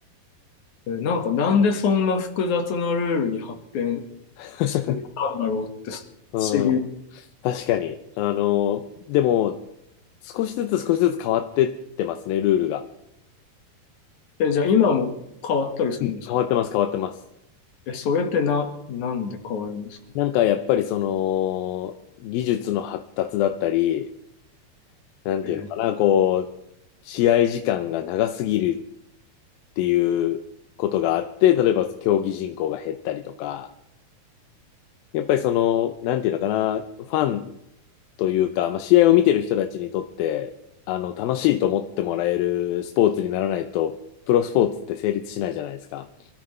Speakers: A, on the left; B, on the left.
A: えなんかなんでそんな複雑なルールに発展
B: <laughs>
A: していったんだろうって不
B: うん。
A: 思議。
B: 確かに。あの、でも、少しずつ少しずつ変わってってますね、ルールが。
A: え、じゃあ今も変わったりするんですか
B: うん変わってます、変わってます。
A: え、それってな、なんで変わるんですか
B: なんかやっぱりその、技術の発達だったり、なんていうのかな、
A: えー、
B: こう、試合時間が長すぎるっていうことがあって、例えば競技人口が減ったりとか、やっぱりその、なんていうのかな、ファンというか、まあ、試合を見てる人たちにとって、あの、楽しいと思ってもらえるスポーツにならないと、プロスポーツって成立しないじゃないですか。